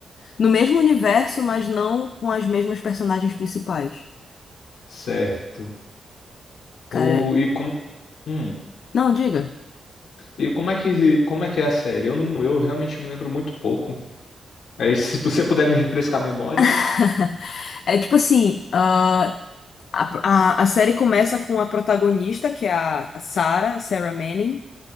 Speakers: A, on the left; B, on the left.
A: no mesmo universo, mas não com as mesmas personagens principais.
B: Certo.
A: Cara,
B: O, e, com, hum,
A: não, diga.
B: e como é que, como é que é a série? Eu não, eu realmente me lembro muito pouco. Aí, se você puder me refrescar a memória.
A: <laughs> É tipo assim, ah, A, a, a série começa com a protagonista, que é a, a Sarah, Sarah Manning,